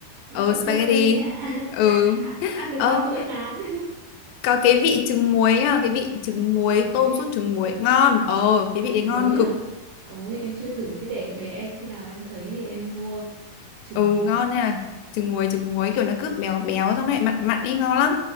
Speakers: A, on the right (about 75°); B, on the left (about 80°).
A: ông
B: ờ
A: trộn
B: spaghetti
A: trộn lên ấy ạ
B: ừ
A: <laughs> à. ăn được
B: ờ
A: ba bữa ngán
B: có cái vị trứng muối à cái vị trứng
A: <laughs>
B: muối
A: trứng muối
B: tôm sốt trứng muối ngon ờ cái
A: đấy
B: vị đấy
A: mới
B: ngon
A: ạ
B: cực
A: ôi em chưa thử thế để để em khi nào em thấy thì em mua trứng
B: ừ
A: muối
B: ngon nha trứng muối trứng muối kiểu nó cứ béo béo xong lại mặn mặn ý ngon lắm